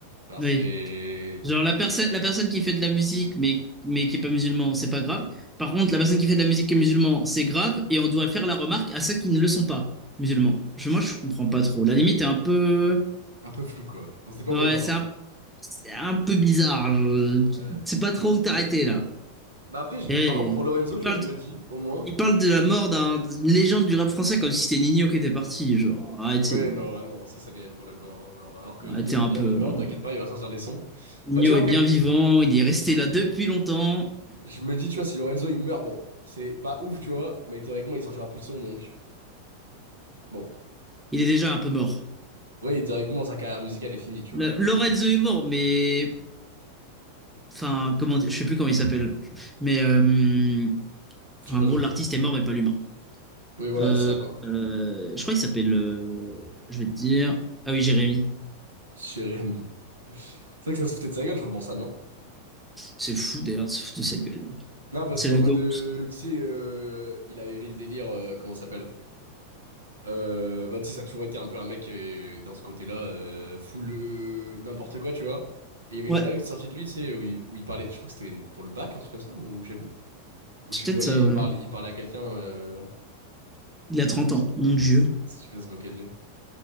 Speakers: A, on the right (about 75°); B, in the centre.
A: Alors
B: Oui.
A: c'est
B: Genre la personne, la personne qui fait de la musique mais, mais qui est pas musulman, c'est pas grave. Par contre, la personne qui fait de la musique qui est musulman, c'est grave et on doit faire la remarque à ceux qui ne le sont pas musulmans. Je, moi, je comprends pas trop. La limite est un peu,
A: un peu flou quoi. On sait pas
B: ouais,
A: où on va.
B: c'est un,
A: hein.
B: c'est un peu bizarre. Je
A: Ouais.
B: sais pas trop où t'arrêter là.
A: Bah après, j'-
B: Et,
A: par exemple, pour Lorenzo,
B: il
A: tu
B: parle,
A: vois, je
B: de-
A: me dis, au moins,
B: il parle de la mort d'un- d'une légende du rap français comme si c'était Nino qui était parti. Genre, arrêtez,
A: Ouais, non, vraiment, ça c'est réel pour le coup. hein. Genre, alors que Nino
B: arrêtez
A: il
B: un
A: est bien
B: peu.
A: vivant,
B: genre.
A: t'inquiète pas, il va sortir des sons.
B: Nino
A: Bah tu vois,
B: est
A: après,
B: bien vivant, il est resté là depuis longtemps.
A: je me dis, tu vois, si Lorenzo il meurt, bon, c'est pas ouf, tu vois, mais théoriquement il sortira plus de sons donc. Bon.
B: Il est déjà un peu mort.
A: Oui, théoriquement sa carrière musicale est finie, tu
B: Le-
A: vois.
B: Lorenzo est mort, mais enfin, comment dire, je sais plus comment il s'appelle, mais euh, enfin,
A: Je sais pas
B: en gros,
A: non plus.
B: l'artiste est mort, mais pas l'humain.
A: Oui, voilà,
B: Euh,
A: c'est ça quoi.
B: euh, je crois qu'il s'appelle, euh, je vais te dire, ah oui, Jérémy.
A: Chez Rémi. C'est vrai que ça se foutait de sa gueule, je crois, pour ça, non?
B: C'est fou d'ailleurs de se foutre de sa gueule. là.
A: Non, parce
B: C'est
A: qu'en
B: le
A: mode,
B: GOAT.
A: euh, tu sais, euh, il avait le délire, euh, comment ça s'appelle? Euh, bah, tu sais, ça a toujours été un peu un mec euh, dans ce côté-là, euh, full euh, n'importe quoi, tu vois. Et il y avait une
B: Ouais,
A: interview qui est sortie de lui, tu sais, où il, où il parlait, je crois que c'était pour le bac, un truc comme ça, ou je sais plus. Où
B: c'est
A: tu le
B: peut-être
A: voyais,
B: ça.
A: il
B: Ouais.
A: parlait, il parlait à quelqu'un. euh,
B: Il a 30
A: Du coup, ça,
B: ans, mon Dieu.
A: ça- du coup, ça se moquait de lui.